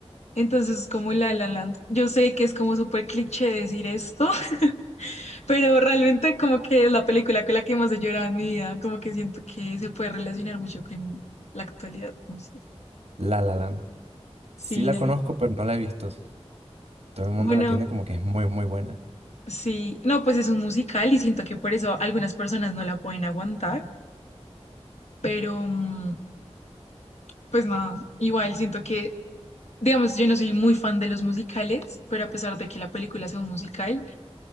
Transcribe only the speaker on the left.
Entonces, es como La La Land. Yo sé que es como súper cliché decir esto, <laughs> pero realmente como que es la película con la que más he llorado en mi vida. Como que siento que se puede relacionar mucho con la actualidad, no sé.
Sí,
no
le-
Bueno,
sí. No, pues es un musical y siento que por eso algunas personas no la pueden aguantar pero, mm, pues nada, igual siento que, digamos, yo no soy muy fan de los musicales, pero a pesar de que la película sea un musical,